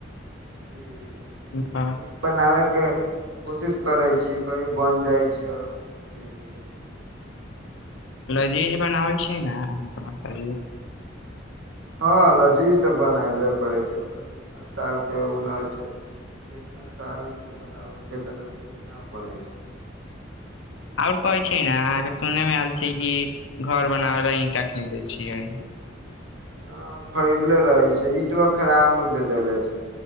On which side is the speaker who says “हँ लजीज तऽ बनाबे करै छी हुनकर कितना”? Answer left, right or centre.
Right